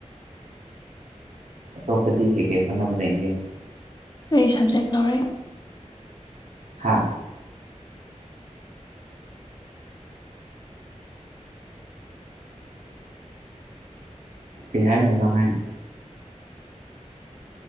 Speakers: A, on the right; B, on the left.
A: ꯇꯣꯞꯄꯗꯤ ꯀꯩ ꯀꯩ ꯍꯣꯠꯅꯕ ꯂꯩꯒꯦ
B: ꯑꯩ ꯁꯕꯖꯦꯛ ꯂꯧꯔꯛꯑꯦ
A: ꯍꯥꯥ ꯀꯩ ꯍꯥꯢꯅꯣ ꯅꯪꯍꯥꯢꯗꯣ